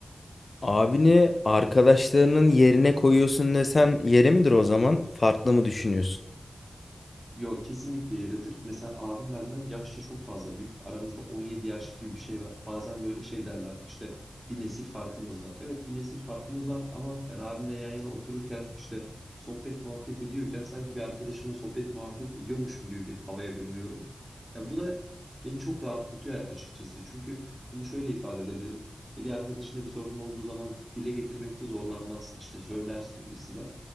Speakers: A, on the left (about 55°); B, on the right (about 20°).
A: Abini arkadaşlarının yerine koyuyorsun desen yeri midir o zaman? Farklı mı düşünüyorsun?
B: Yo kesinlikle yeridir. Mesela abim benden yaşça çok fazla büyük. Aramızda 17 yaş gibi bir şey var. Bazen böyle şey derler işte bir nesil farkımız var. Evet bir nesil farkımız var ama ben abimle yan yana otururken işte sohbet muhabbet ediyorken sanki bir arkadaşımla sohbet muhabbet ediyormuşum gibi bir havaya bürünüyorum. Ya bu da beni çok rahatlatıyor açıkçası. Çünkü bunu şöyle ifade edebilirim. Ya bir arkadaşında bir sorunun olduğu zaman dile getirmekte zorlanmazsın. İşte söylersin gibisinden.